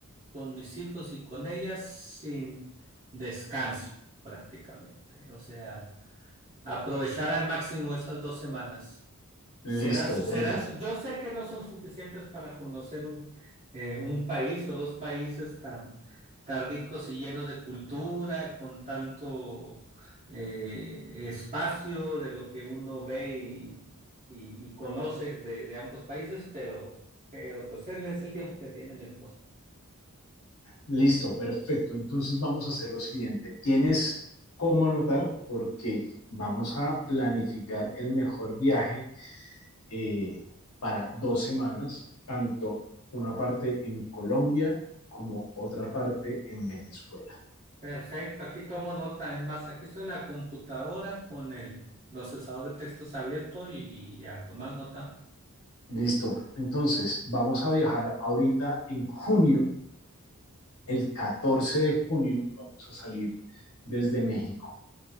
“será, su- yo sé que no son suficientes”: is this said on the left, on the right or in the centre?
Right